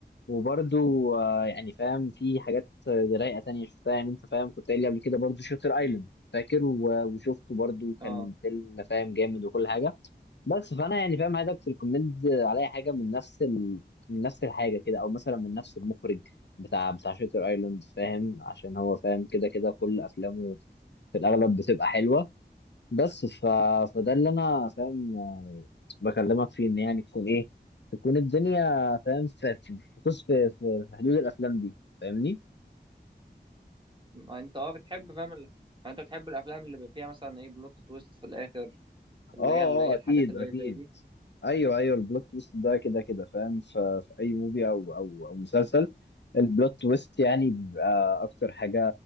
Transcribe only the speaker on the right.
اه
ما انت اه بتحب فاهم ال- ما انت بتحب الافلام اللي بيبقى فيها مثلا ايه بلوت تويست في الاخر اللي
هي اللي هي
الحاجات
اللي
هي زي دي